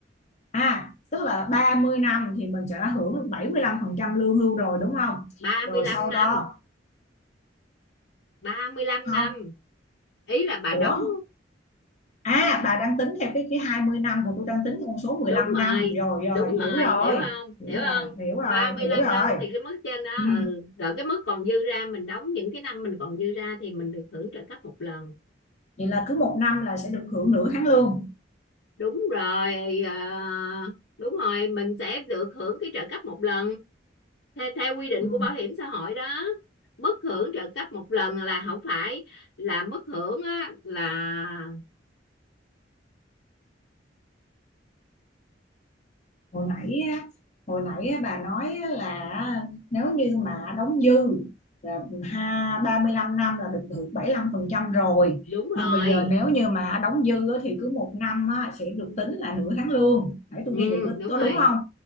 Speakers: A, on the left (about 40°); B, on the left (about 75°).
A: À, tức là 30 năm thì mình sẽ hưởng 75% lương hưu rồi đúng không?
B: ba mươi
A: Rồi
B: lăm
A: sau
B: năm
A: đó
B: ba mươi lăm
A: không,
B: năm ý là bà
A: ủa
B: đóng
A: à bà đang tính theo cái cái 20 năm còn tôi đang tính con số mười
B: đúng
A: lăm năm.
B: rồi
A: Rồi rồi,
B: đúng
A: hiểu
B: rồi
A: rồi.
B: hiểu không
A: Hiểu
B: hiểu
A: rồi,
B: không
A: hiểu rồi,
B: ba mươi
A: hiểu
B: lăm
A: rồi.
B: năm thì cái mức trên đó
A: Ừ.
B: ừ rồi cái mức còn dư ra mình đóng những cái năm mình còn dư ra thì mình được hưởng trợ cấp một lần
A: Vậy là cứ một năm là sẽ được hưởng nửa tháng lương.
B: đúng rồi ờ, đúng rồi mình sẽ được hưởng cái trợ cấp một lần theo, theo quy định
A: Ừ.
B: của bảo hiểm xã hội đó mức hưởng trợ cấp một lần là không phải là mức hưởng á, là
A: hồi nãy hồi nãy bà nói là nếu như mà đóng dư là ha 35 năm là được hưởng 75 phần trăm rồi
B: đúng
A: nhưng
B: rồi
A: bây giờ nếu như mà đóng dư á, thì cứ một năm á, sẽ được tính là nửa tháng lương nãy tôi
B: ừ,
A: ghi vậy có,
B: đúng
A: có
B: rồi
A: đúng không